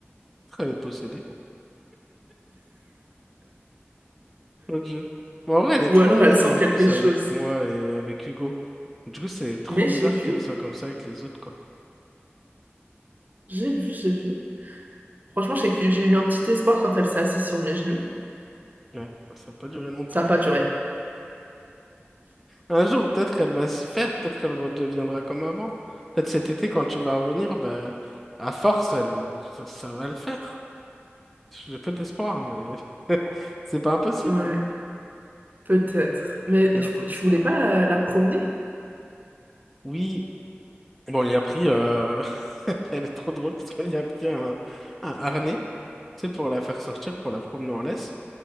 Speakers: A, in the centre; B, on the right.
A: Elle est possédée. Mon Dieu. Bon, en vrai, elle est
B: Ou
A: trop
B: alors
A: mignonne
B: elle sent
A: en
B: quelque
A: plus
B: chose.
A: avec moi et avec Hugo. Du coup, c'est trop
B: Mais
A: bizarre
B: j'ai vu,
A: qu'elle soit comme ça avec les autres, quoi.
B: j'ai vu, j'ai vu Franchement, j'ai que- j'ai eu un petit espoir quand elle s'est assise sur mes genoux.
A: Ouais, ça n'a pas duré longtemps.
B: Ça n'a pas duré.
A: Un jour, peut-être elle va s'y faire, peut-être elle redeviendra comme avant. Peut-être cet été, quand tu vas revenir, bah, à force, elle, ça, ça va le faire. J'ai peu d'espoir, hein, mais <laughs> c'est pas impossible.
B: Ouais, peut-être. Mais
A: Gardez
B: du coup, tu
A: l'espoir.
B: voulais pas euh, la promener?
A: Oui, bon, on lui a pris. euh, <laughs> Elle est trop drôle parce qu'on lui a pris un, un harnais, tu sais, pour la faire sortir, pour la promener en laisse.